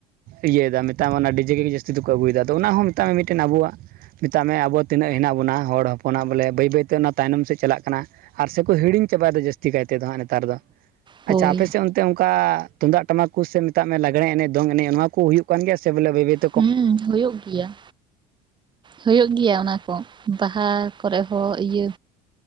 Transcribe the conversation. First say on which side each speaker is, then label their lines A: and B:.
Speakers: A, on the right; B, on the right.
A: ᱤᱭᱟᱹᱭᱮᱫᱟ ᱢᱮᱛᱟᱜ ᱢᱮ ᱚᱱᱟ ᱰᱤᱡᱮ ᱡᱟᱹᱥᱛᱤ ᱫᱚᱠᱚ ᱟᱹᱜᱩᱭᱮᱫᱟ ᱟᱫᱚ ᱚᱱᱟ ᱦᱚᱸ ᱢᱮᱛᱟᱜ ᱢᱮ ᱢᱤᱫᱴᱮᱱ ᱟᱵᱚᱣᱟᱜ ᱢᱮᱛᱟᱜ ᱢᱮ ᱟᱵᱚ ᱛᱤᱱᱟᱹᱜ ᱦᱮᱱᱟᱜ ᱵᱚᱱᱟ ᱦᱚᱲ ᱦᱚᱯᱚᱱ ᱵᱚᱞᱮ ᱵᱟᱹᱭ ᱵᱟᱹᱭᱛᱮ ᱚᱱᱟ ᱛᱟᱭᱱᱚᱢ ᱥᱮᱫ ᱪᱟᱞᱟᱜ ᱠᱟᱱᱟ᱾ ᱟᱨ ᱥᱮ ᱠᱚ ᱦᱤᱲᱤᱧ ᱪᱟᱵᱟᱭ ᱫᱚ ᱡᱟᱹᱛᱤᱼᱼ ᱡᱟᱥᱛᱤ ᱠᱟᱭ ᱛᱮᱫᱚ ᱦᱟᱸᱜ ᱱᱮᱛᱟᱨ ᱫᱚ
B: ᱦᱳᱭ
A: ᱟᱪᱪᱷᱟ ᱟᱯᱮᱥᱮᱫ ᱚᱱᱛᱮ ᱚᱱᱠᱟ ᱛᱩᱢᱫᱟᱜ ᱴᱟᱢᱟᱠ ᱠᱚ ᱥᱮᱼᱼ ᱢᱮᱛᱟᱜ ᱢᱮ ᱞᱟᱜᱽᱲᱮ ᱮᱱᱮᱡ ᱫᱚᱝ ᱮᱱᱮᱡ ᱱᱚᱣᱟ ᱠᱚ ᱦᱩᱭᱩᱜ ᱠᱟᱱ ᱜᱮᱭᱟ ᱥᱮ ᱵᱚᱞᱮ ᱵᱟᱹᱭ ᱵᱟ. ᱭ ᱛᱮᱼᱼ
B: ᱦᱮᱸ ᱦᱩᱭᱩᱜ ᱜᱮᱭᱟ᱾ ᱦᱩᱭᱩᱜ ᱜᱮᱭᱟ ᱚᱱᱟ ᱠᱚ ᱵᱟᱦᱟ ᱠᱚᱨᱮ ᱦᱚᱸ ᱤᱭᱟᱹ᱾